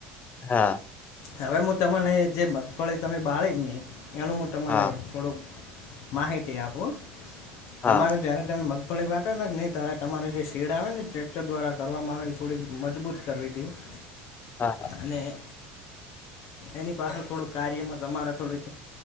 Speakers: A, on the left; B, on the left.
A: હા.
B: હવે હું તમને જે મગફળી તમે બાળી નહી એનું હું તને
A: હા
B: થોડુંક માહિતી આપો
A: હા
B: તમારું જ્યારે તમે મગ થોડીક વાત ના કે નહી તારે તમારે જે શેડ આવે ને ટ્રેક્ટર દ્વારા કરવામાં આવે એ થોડીક મજબૂત કરવી હતી. <unintelligible>
A: હા હા.
B: અને. એની પાછળ થોડુંક કાર્યમાં તમારે થોડુંક